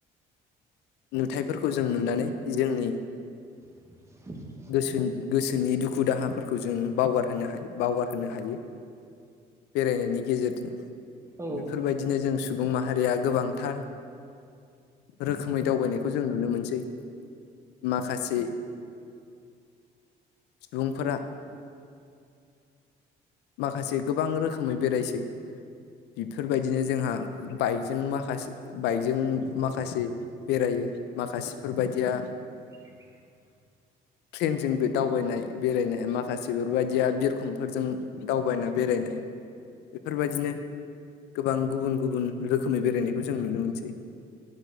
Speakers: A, on the left; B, on the right.
A: नुथायाइफोरखौ जों नुनानै जोंनि
B: <inaudible>
A: गोसो गोसोनि दुखु दाहाफोरखौ जों बावगारहोनो हायो बावगारहोनो हायो बेरायनायनि गेजेरजों
B: औ
A: बेफोरबायदि बिदिनो जों सुबुं माहारिया गोबांथार रोखोमै दावबायनायखौ जों नुनो मोनसै माखासे सुबुंफोरा माखासे गोबां रोखोमै बेरायसै बेफोरबायदिनो जोंहा बाइकजों माखासे बाइकजों माखासे बेरायो माखासेफोरबायदिया
B: <unintelligible>
A: ट्रेनजों बे दावबायनाय बेरायनाय माखासे फोरबायदिया बिरखंफोरजों दावबायना बेरायनाय बेफोरबायदिनो गोबां गुबुन गुबुन रोखोमै बेरायनायखौ जों नुनो मोनसै।